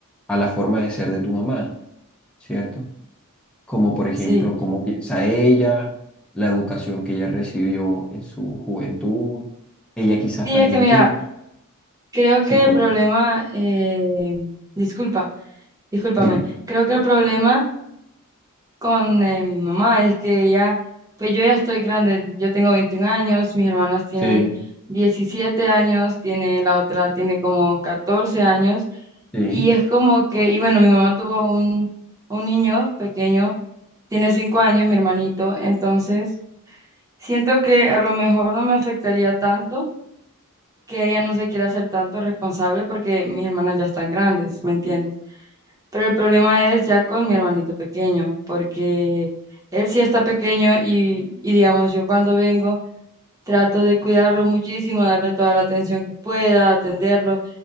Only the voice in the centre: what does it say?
a la forma de ser de tu mamá, ¿cierto? Como por ejemplo,
cómo piensa ella, la educación que ella recibió en su juventud. Ella quizás
también
tenga
psicólogo.
Dime.
Sí,
sí,